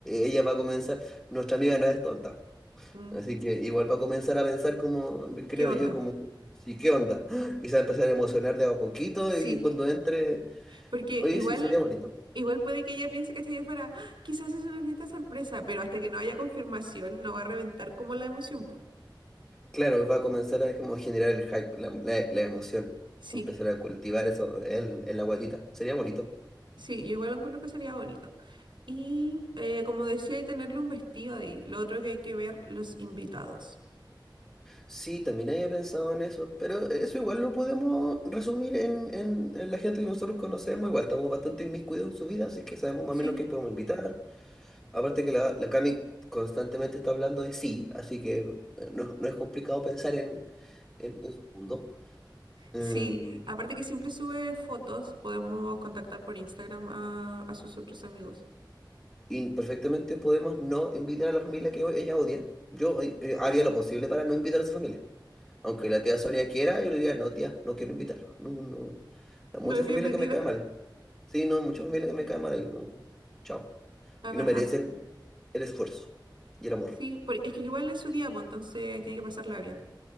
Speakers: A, in the centre; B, on the right (about 85°).
A: ella va a comenzar, nuestra amiga no es tonta,
B: mm,
A: así que igual va a comenzar a pensar como, creo
B: ¿qué onda?
A: yo, como, sí, ¿qué onda? <gasps> ¡Ah! Y se va a empezar a emocionar de a poquito
B: Sí,
A: y cuando entre,
B: porque
A: oye,
B: igual,
A: sí, sería bonito.
B: igual puede que ella piense, ¿cachai? Que fuera, "Ah, quizás es una fiesta sorpresa, pero hasta que no haya confirmación no va a reventar como la emoción, po.
A: Claro, va a comenzar a como generar el hype, la, la, la emoción,
B: Sí,
A: va a empezar a cultivar eso en, en la guatita, sería bonito.
B: sí, yo igual encuentro que sería bonito. Y eh, como decía, y tenerle un vestido ahí. Lo otro que hay que ver, los invitados.
A: Sí, también había pensado en eso, pero eso igual lo podemos resumir en, en- en la gente que nosotros conocemos, igual estamos bastante inmiscuidos en su vida, así que sabemos más
B: sí
A: o menos quién podemos invitar. Aparte que la, la Cami constantemente está hablando de sí, así que eh, no, no es complicado pensar en, en, en su mundo. Em,
B: Sí, aparte que siempre sube fotos, podemos contactar por Instagram a, a sus otros amigos.
A: y perfectamente podemos no invitar a la familia que ella odia. Yo eh, eh, haría lo posible para no invitar a su familia. Aunque la tía Sonia quiera, yo le diría, no, tía, no quiero invitarlo. No, no. Hay
B: No
A: muchas
B: es bienvenida,
A: familias que me caen mal. Sí, no, mucha familia que me cae mal ahí, no. Chao.
B: la
A: Y
B: verdad.
A: no merecen el esfuerzo y el amor.
B: Sí, por- es que igual es su día, pues entonces tiene que pasarla bien.